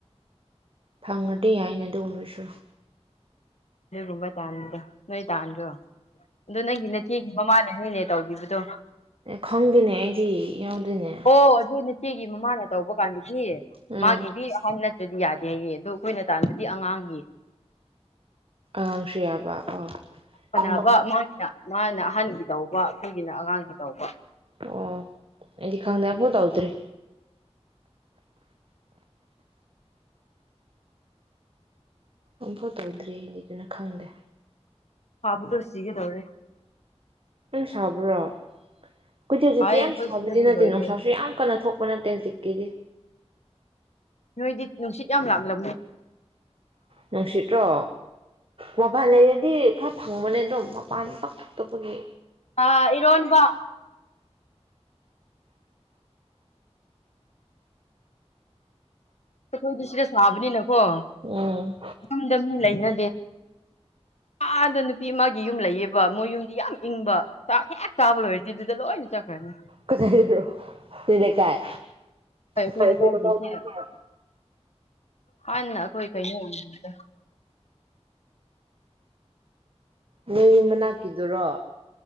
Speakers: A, on the right; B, on the left.
A: ꯐꯪꯉꯗꯤ ꯌꯥꯏꯅꯦ ꯑꯗꯨꯒꯨꯝꯕꯁꯨ
B: ꯅꯣꯏꯒꯨꯝꯕ ꯇꯥꯟꯗ ꯅꯣꯏ ꯇꯥꯥꯟ꯭ꯔꯣ ꯑꯗꯨꯣ ꯅꯪꯒꯤ ꯅꯆꯦꯒꯤ ꯃꯃꯥꯅꯤꯅꯦ ꯇꯧꯈꯤꯕꯗꯣ
A: ꯈꯪꯗꯅꯦ ꯑꯩꯗꯤ ꯌꯥꯎꯗꯦꯅꯦ
B: ꯑꯣ ꯑꯗꯨ ꯅꯆꯦꯒꯤ ꯃꯃꯥꯅ ꯇꯧꯕ ꯀꯥꯟꯗꯗꯤ
A: ꯎꯝ
B: ꯃꯥꯒꯤꯗꯤ ꯍꯥꯟꯅ ꯑꯗꯨꯗꯤ ꯌꯥꯗꯦꯌꯦ ꯑꯗꯣ ꯑꯩꯈꯣꯏꯅ ꯇꯥꯟꯗꯗꯤ ꯑꯉꯥꯡꯒꯤ
A: ꯑꯥꯉꯡꯁꯨ ꯌꯥꯕ ꯑꯣ ꯈꯪ
B: ꯅꯕ ꯃꯥꯒꯤꯅ ꯃꯥꯅ ꯑꯍꯟꯒꯤ ꯇꯧꯕ ꯑꯩꯈꯣꯏꯒꯤꯅ ꯑꯉꯥꯡꯒꯤ ꯇꯧꯕ
A: ꯑꯣ ꯑꯩꯗꯤ ꯈꯪꯗꯦ ꯐꯣꯟ ꯇꯧꯗ꯭ꯔꯤ ꯑꯣꯝꯐꯥꯎ ꯇꯧꯗ꯭ꯔꯤꯗꯤ ꯑꯗꯨꯅ ꯈꯪꯗꯦ
B: ꯍꯥꯥꯕꯕꯨꯗ ꯁꯤꯒ ꯇꯧꯔꯦ
A: ꯑꯪ ꯁꯥꯕ꯭ꯔꯣ ꯑꯩꯈꯖꯤꯗꯤ ꯍꯧꯖꯤꯛꯇꯤ
B: ꯍꯥꯏ
A: ꯌꯥꯝ
B: ꯑꯩꯈꯣꯏ
A: ꯁꯥꯕꯗꯤ
B: ꯁꯤꯗꯗꯤ
A: ꯅꯠꯇꯦ
B: ꯂꯣꯏꯔꯦ
A: ꯅꯨꯡꯁꯥꯁꯨ ꯌꯥꯝ ꯀꯟꯅ ꯊꯣꯛꯄ ꯅꯠꯇꯦ ꯍꯧꯖꯤꯛ ꯀꯤꯗꯤ
B: ꯅꯣꯏꯗꯤ ꯅꯨꯡꯁꯤꯠ ꯌꯥꯝ ꯂꯥꯛꯂ
A: ꯅꯨꯡꯁꯤꯇ꯭ꯔꯣ ꯃꯄꯥꯟ ꯂꯩꯔꯗꯤ ꯈꯔ ꯐꯪꯕꯅꯦ ꯑꯗꯨꯝ ꯃꯄꯥꯟ ꯄꯥꯛꯊꯣꯛꯇꯕꯒꯤ
B: ꯑ ꯏꯔꯣꯟꯕ ꯈꯣꯏ ꯁꯤꯗ ꯁꯥꯕꯅꯤ ꯅ ꯑꯣ
A: ꯎꯝ
B: ꯌꯨꯝꯗ ꯃꯤ ꯂꯩꯅ ꯑꯗ ꯅꯨꯄꯤ ꯑꯃꯒꯤ ꯌꯨꯝ ꯂꯩꯌꯦꯕ ꯃꯣꯏ ꯌꯨꯝꯗꯤ ꯌꯥꯝ ꯏꯪꯕ ꯆꯥꯛ ꯍꯦꯛ ꯆꯥꯕ ꯂꯣꯏꯔꯗꯤ ꯑꯗꯨꯗꯨꯗ ꯂꯣꯏꯅ ꯆꯠꯈ꯭ꯔꯅꯤ
A: ꯀꯥꯏꯗꯔꯣ ꯁꯤ ꯂꯩꯀꯥꯏ
B: ꯑꯩꯈꯣꯏ
A: ꯀꯥꯏ
B: ꯂꯩꯀꯥꯏꯒꯤꯁꯦ
A: ꯊꯣꯏꯗ ꯇꯥꯎꯗ
B: ꯍꯥꯟꯅ ꯑꯩꯈꯣꯏ ꯀꯩꯅꯣꯗ
A: ꯅꯣꯏ ꯌꯨꯝ ꯃꯅꯥꯛꯀꯤꯗꯨꯔꯣ